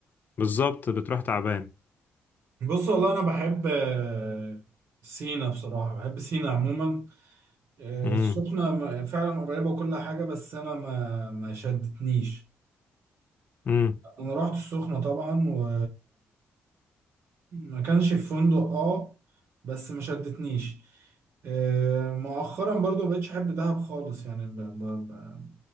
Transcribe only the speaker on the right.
بص والله انا بحب آه، سينا بصراحة بحب سينا عموما السخنة
م- فعلا قريبة وكل حاجة بس أنا ما ما شدتنيش
أنا رحت السخنة طبعا و ما كانش في فندق اه بس ما شدتنيش آه، مؤخرا برضو ما بقتش أحب دهب خالص يعني ب... ب... ب...